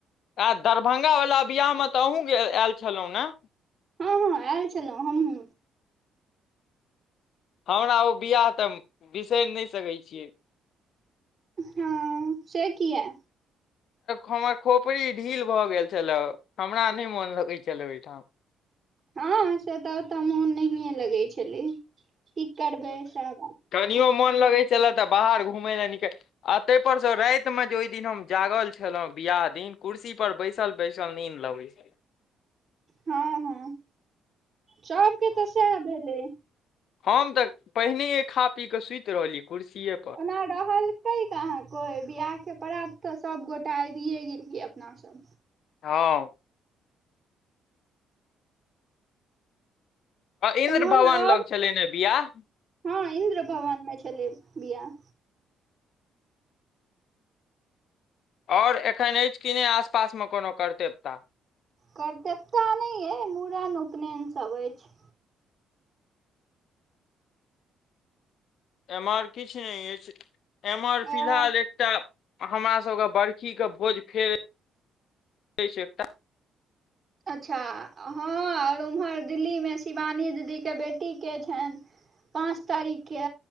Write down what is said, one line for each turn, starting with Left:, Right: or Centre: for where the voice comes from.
Left: आ दरभंगा वला बियाह मे तऽ अहूँ आयल छलहुँ ने
Right: हूं हूं आयल छलहुँ हमहु
Left: हमरा ओ बियाह तऽ बिसरि नहि सकै छियै
Right: हँ से कियै
Left: हमर खोपड़ी ढील भऽ गेल छलए हमरा नहि मोन लगैत छलए ओहिठाम
Right: हँ से तऽ ओतऽ मोन नहिए लगै छलै की करबै सब
Left: कनियो मोन लगै छलए तऽ बाहर घुमय लए निकल आ ताहिपरसँ रातिमे जे ओहि दिन हम जागल छलहुँ बियाह दिन कुर्सी पर बैसल बइसल नीक लगै छै
Right: हँ हँ सबके तऽ सएह भेलै
Left: हम तऽ पहिने खा पी के सुति रहली कुर्सीे
Right: त रहलकाँ को बियाह के परात सब गोटाे आबि गेलिये अपना अ
Left: हं इन्द्र
Right: तहन
Left: भवन
Right: आओर
Left: लग छलै न बियाह
Right: हँ इन्द्र भवन में छलै बियाह
Left: ओर एखन अछि कि नहि आसपासमे कोनो करते ता
Right: करतेता नहि अइ मूड़न उपनयनसभ अछि
Left: एमर किछ नहि अछि एमहर फिलहाल
Right: ओ
Left: एकटा हमरा सब के बरखी के भोज फेर दै छै
Right: अच्छा हँ ओर उम्हर दिल्लीमे शिवानी दीदीके बेटीके छनि पाँच तारीख के